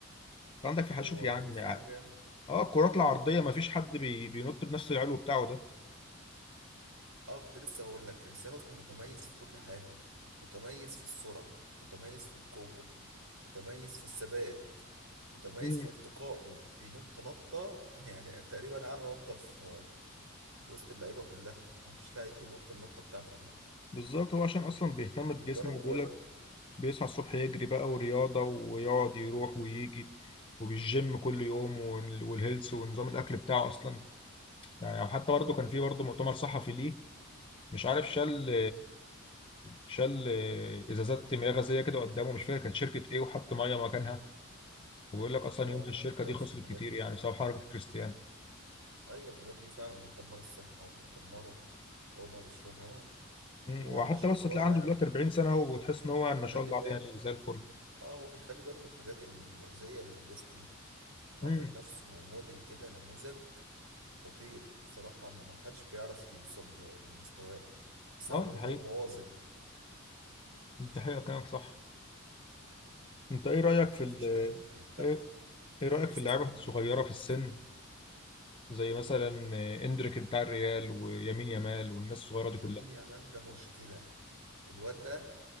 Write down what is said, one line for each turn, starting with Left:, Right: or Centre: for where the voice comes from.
Left: انت عندك في حشوف
Right: هو
Left: يا عم
Right: كريستيانو
Left: اه
Right: جامد
Left: الكرات العرضيه ما فيش حد بي... بينط بنفس العلو بتاعه ده
Right: اه كنت لسه هقول لك كريستيانو اصلا متميز في كل حاجه متميز في السرعه متميز في القوه متميز في الثبات متميز
Left: مم.
Right: في ارتقائه بينط نطة <laughs> يعني تقريبا أعلى نطة في وسط اللعيبة كلها مفيش لعيب بينط النطة بتاعته دي
Left: بالظبط هو عشان اصلا بيهتم بجسمه
Right: بيتدرب
Left: وبيقول
Right: كويس
Left: بيصحى الصبح يجري بقى ورياضة ويقعد يروح ويجي وبالجيم كل يوم وال- والهيلث ونظام الأكل بتاعه أصلا يعني أو حتى برضه كان في برضه مؤتمر صحفي ليه مش عارف شال شال إزازات مياه غازية كده قدامه مش فاكر كانت شركة إيه وحط مية مكانها وبيقول لك أصلا
Right: اه
Left: يومها
Right: ما
Left: الشركة
Right: بيشربش
Left: دي خسرت
Right: الحاجات
Left: كتير
Right: دي
Left: يعني بسبب حركة كريستيانو
Right: أيوة الحاجات دي فعلا بتدمر الصحة وبتدمره هو ما بيشربهاش ده
Left: مم.
Right: هو
Left: وحتى
Right: ما شاء
Left: بس
Right: الله
Left: تلاقي عنده
Right: يعني
Left: دلوقتي 40 سنة أهو، وتحس إن هو ما
Right: بيخلي
Left: شاء الله
Right: باله
Left: عليه يعني زي الفل
Right: اه هو بيخلي باله من الحاجات المؤذية للجسم دي حاطط
Left: امم
Right: لنفسه موديل كده نموذج خطير بصراحة ما حدش بيعرف يوصل لمستواه بسبب
Left: أه
Right: إن
Left: دي حقيقة
Right: هو مواظب
Left: دي حقيقة كلامك صح أنت إيه رأيك في
Right: يعني
Left: ال
Right: مفيش لعيب بيستحمل
Left: إيه
Right: مفيش
Left: ايه رأيك
Right: لعيب بيستحمل
Left: في اللعيبة الصغيرة
Right: تدريبات
Left: في
Right: كريستيانو
Left: السن
Right: دي.
Left: زي مثلا اندريك بتاع الريال ويمين يامال والناس الصغيرة دي
Right: يمين
Left: كلها
Right: يامال ده مشكلة الواد ده